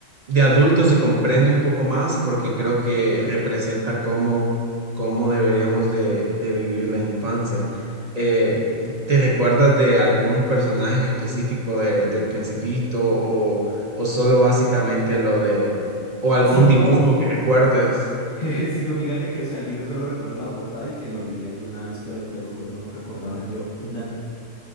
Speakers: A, on the right; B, on the left.
A: de adulto se comprende un poco más porque creo que representa cómo, cómo deberíamos de, de vivir la infancia. Eh, ¿te recuerdas de algún personaje en específico de- del Principito o, o solo básicamente lo de, o algún
B: Si no,
A: dibujo que recuerdes?
B: <laughs> si no, fíjate que, o sea, el libro solo recuerdo la portada y que lo leí alguna vez, pero te lo juro, no recordaba yo nada.